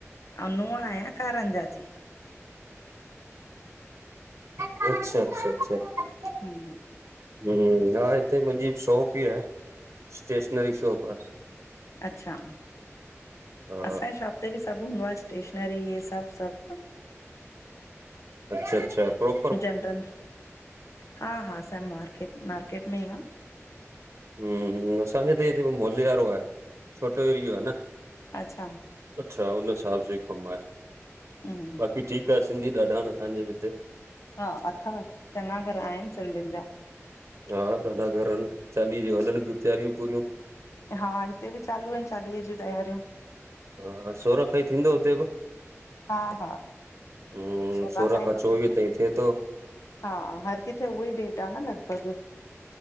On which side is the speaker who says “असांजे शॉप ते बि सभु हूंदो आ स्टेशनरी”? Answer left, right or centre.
Left